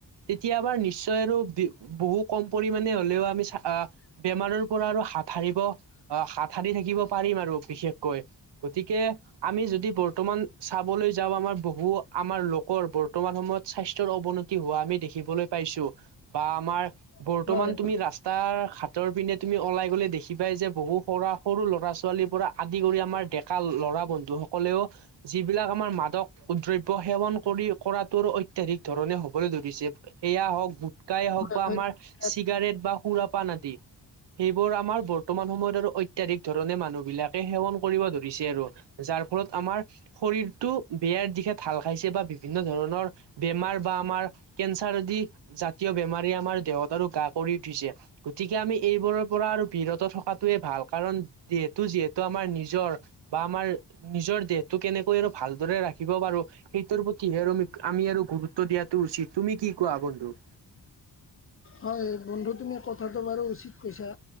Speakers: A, on the right; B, on the left.
A: তেতিয়া আমাৰ নিশ্চয় আৰু বহু কম পৰিমানে হলেও আমি চা বেমাৰৰ পৰা আৰু হাত সাৰিব অ হাত সাৰি থাকিব পাৰিম আৰু বিশেষকৈ। গতিকে আমি যদি বৰ্তমান চাবলৈ যাওঁ আমাৰ বহু আমাৰ লোকৰ বৰ্তমান সময়ত স্বাস্থ্য অৱনতি হোৱা আমি দেখিবলৈ পাইছো বা আমাৰ বৰ্তমান
B: হয়
A: তুমি ৰাচ তাৰ ঘাতৰ পিনে তুমি ওলাই গ'লে দেখিবাই যে বহু সৰা সৰু ল'ৰা ছোৱালীৰ পৰা আদি কৰি আমাৰ ডেকা লৰা বন্ধু সকলেওঁ যিবিলাক আমাৰ মাদক দ্ৰব্য সেৱন কৰি কৰাটোৰ ঐত্যাধিক ধৰণে হবলৈ ধৰিছে। সেয়া হওক গুটকাই হওক
B: হয়
A: বা
B: হয়
A: আমাৰ চিগাৰেট বা সুৰা পান আদি। সেইবোৰৰ আমাৰ বৰ্তমান সময়ত আৰু অত্যাধিক ধৰণে মানুহ বিলাকে সেৱন কৰিব ধৰিছে আৰু। যাৰ ফলত আমাৰ শৰীৰটো বেয়াৰ দিশে ঢাল খাইছে বা বিভিন্ন ধৰণৰ বেমাৰ বা আমাৰ কেন্সাৰ আদি তীয় বেমাৰীয়ে আমাৰ দেহত আৰু গা কৰি উঠিছে। গতিকে আমি এইবোৰৰ পৰা আৰু বিৰত থকাটোৱে ভাল, কাৰণ যিহেতু যিহেতু আমাৰ নিজ নিজৰ বা আমাৰ নিজৰ দেহটো কেনেকৈ আৰু ভালদৰে ৰাখিব পাৰো সেইটোৰ প্ৰতিহে মি আমি আৰু গুৰুত্ব দিয়াটো উচিত। তুমি কি কোৱা বন্ধু?
B: হয় বন্ধু তুমি কথাটো বাৰু উচিত কৈছা।